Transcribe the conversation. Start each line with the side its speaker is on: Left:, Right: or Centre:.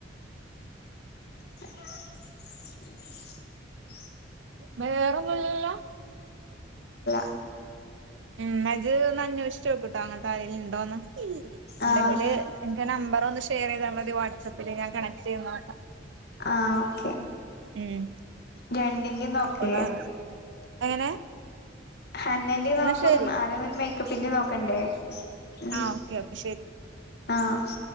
Left: ഉ <inaudible>
Right: വേറെയൊന്നുല്ലല്ലോ
Left: ഉ
Right: ഉം അത് ഒന്നനേഷിച്ചു നോക്കുട്ടോ അങ്ങനത്തെ ആരെലും ഉണ്ടോന്ന് ഉണ്ടെങ്കിൽ
Left: ആഹ്
Right: എന്റെ നമ്പറ് ഒന്ന് ഷെയർ ചെയ്താ മതി വാട്സആപ്പില് ഞാൻ കണക്ട് ചെയ്തു നോക്കാം
Left: ആഹ് ഓക്കെ
Right: ഉം
Left: രണ്ടിന്റെ നോക്ക്
Right: അപ്പൊന്നാ എങ്ങനെ
Left: ഹന്നന്റെ നോക്ക്
Right: എന്നാ ശരി
Left: അനാവരുമ്പോ മേക്കപ്പിന്റെ നോക്കണ്ടേ ഉം
Right: ആഹ് ഓക്കെ ഓക്കെ ശരി
Left: ആഹ്